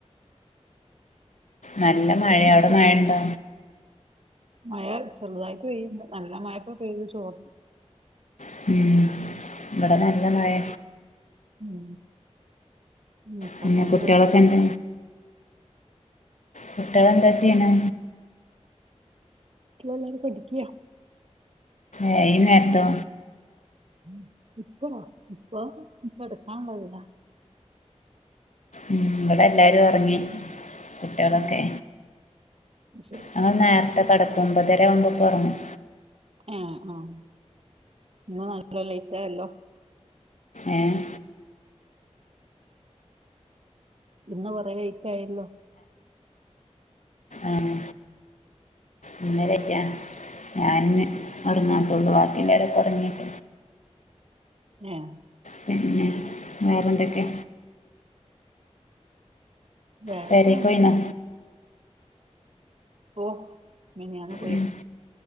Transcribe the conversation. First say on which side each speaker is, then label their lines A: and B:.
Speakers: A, on the left; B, on the right.
A: നല്ല മഴയാ അവിടെ
B: സ്പെ-
A: മഴണ്ടോ
B: മഴ ചെറുതായിട്ട് പെയ്യ്ണ്ട് നല്ല മഴപ്പോ പെയ്തു ചോറ്ന്ന്
A: മം ഇവിടെ നല്ല മഴെ
B: ഉം ഉം സൗണ്ട്
A: പിന്നെ കുട്ടികളൊക്കെ
B: കേക്ക്ണ്ട്
A: ഉണ്ട് കുട്ടികൾ എന്താ ചെയ്യ്ണെ
B: കുട്ടികൾ എല്ലാരും പഠിക്കാ
A: ഏ ഈ നേരത്തോ
B: ഉ ഇപ്പൊ ഇപ്പം കിടക്കാൻ ഉള്ളതിലാ
A: ഉം ഇവിടെ എല്ലാരും ഉറങ്ങി കുട്ടികളൊക്കെ
B: ആഹ് ശരി
A: ഞങ്ങൾ നേരത്തെ കിടക്കും ഒമ്പതര ആവുമ്പോക്ക് ഉറങ്ങും
B: ആഹ ആഹ ഇന്ന് നല്ലോ ലൈറ്റ് ആയല്ലോ
A: ഏഹ്
B: ഇന്ന് കുറ എഴുത്തായിരുന്നു
A: ആഹ് അന്നേരക്കാ ഞാൻ ഉറങ്ങാത്തുള്ളു
B: ഉം
A: ബാക്കില്ലാവര ഉറങ്ങിട്ട
B: ആഹ്
A: പിന്നെ വേറെന്തൊക്കെ
B: വേറെക്കെ
A: പെരക്ക്
B: നല്ലന്നെ
A: പോയി നേ
B: ഓഹ് വിനിഞ്ഞായ്ന്ന് പോ
A: ഉം,